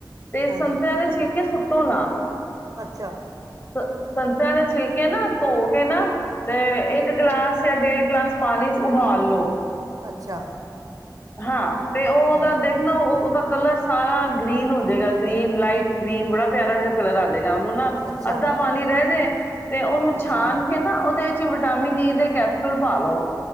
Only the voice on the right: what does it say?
ਹਾਂਜੀ
ਅੱਛਾ
ਅੱਛਾ
ਹੂੰ
ਅੱਛਾ
ਅੱਛਾ